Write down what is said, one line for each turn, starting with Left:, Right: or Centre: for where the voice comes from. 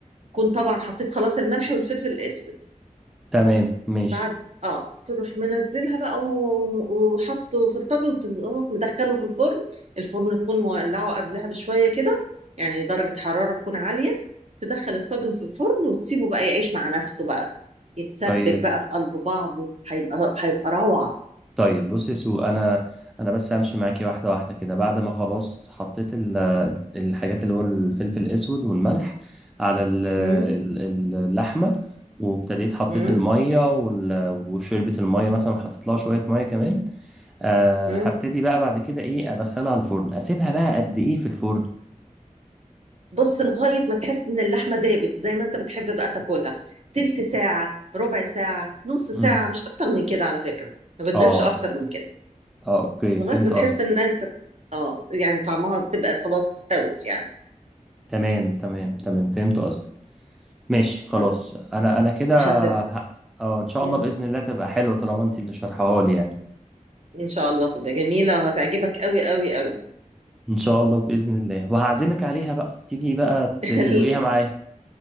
Right: تكون طبعا حطيت خلاص الملح والفلفل الأسود
Centre: تمام ماشي
Right: بعد اه تروح منزلها بقى و- وحطه في الطاجن وتم- آه، مدخله في الفرن الفرن تكون مولعه قبلها بشويه كده يعني درجه حراره تكون عاليه تدخل الطاجن في الفرن وتسيبه بقى يعيش مع نفسه بقى يتسبك
Centre: طيب
Right: بقى في قلب بعضه هيبقى هيبقى روعه
Centre: طيب بص يا سو انا انا بس همشي معاكي واحده واحده كده بعد ما خلاص حطيت ال- الحاجات اللي هو الفلفل الاسود والملح على ال- ال-
Right: مم،
Centre: ال- اللحمه وابتديت حطيت
Right: مم،
Centre: الميه وال- وشربت الميه مثلا حطيت لها شويه ميه كمان أه
Right: مم.
Centre: هبتدي بقى بعد كده ايه ادخلها الفرن اسيبها بقى قد ايه في الفرن
Right: بص لغايه ما تحس ان اللحمه دابت زي ما انت بتحب بقى تاكلها تلت ساعه ربع ساعه نص
Centre: امم
Right: ساعه مش اكتر من كده على فكره ما بتغيبش
Centre: اه
Right: اكتر من كده
Centre: اه اوكي
Right: لغاية
Centre: فهمت
Right: ما تحس
Centre: قصدك
Right: ان انت اه يعني طعمها تبقى خلاص استوت يعني,
Centre: تمام تمام تمام فهمت قصدك ماشي خلاص
Right: يعني
Centre: انا انا كده
Right: هتبقى
Centre: ه- اه ان شاء
Right: مم.
Centre: الله باذن الله تبقى حلوه طالما انت اللي شارحاها لي يعني
Right: ان شاء الله تبقى جميلة وهتعجبك قوي قوي قوي
Centre: ان شاء الله باذن الله وهعزمك عليها بقى تيجي بقى
Right: <laughs>
Centre: ت- تدوقيها معايا